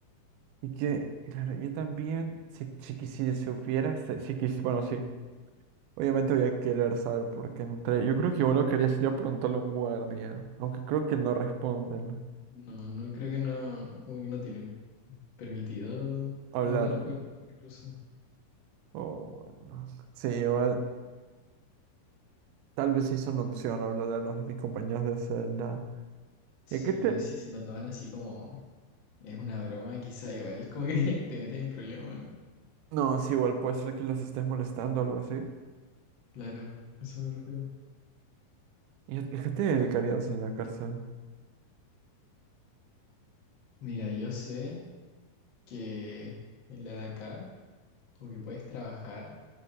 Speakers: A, on the right; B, on the left.
A: Y que, claro, yo también, si, si quisiera, si hubiera, se- si, quisi- bueno, sí, obviamente voy a querer saber por qué entré. Yo creo que igual lo quería sería preguntarle a un guardia, aunque creo que no responden.
B: No, no creo que no, como que no tienen permitido
A: Hablar,
B: hablar
A: ¿no?
B: con los reclusos.
A: Oh, bueno. Sí, igual, tal vez sí es una opción hablar a los de mis compañeros de celda.
B: Sí,
A: ¿Y a qué te...?
B: pero si se lo toman así como es una broma, quizá igual como que <laughs> te, te metes en problemas, ¿no?
A: No, sí, igual puede ser que los estés molestando o algo así.
B: Claro, a eso me refiero.
A: ¿Y a, a qué te dedicarías en la cárcel?
B: Mira, yo sé que en la de acá, como que puedes trabajar,